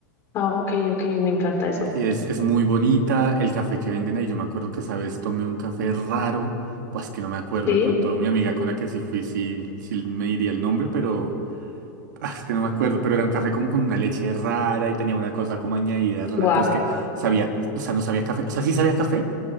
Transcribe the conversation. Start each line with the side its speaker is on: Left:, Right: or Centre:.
Left: Ah, ok, ok, me encanta eso.
Right: Y es, es muy bonita el café que venden ahí. Yo me acuerdo que esa vez tomé un café raro. Buah, es que no me acuerdo.
Left: Sí,
Right: De pronto mi amiga con la que sí fui, sí, sí me diría el nombre, pero ah, es que no me acuerdo. Pero era un café como con una leche rara y tenía una cosa como añadida rara.
Left: guau.
Right: Pero es que sabía, o sea, no sabía café. O sea, sí sabía café,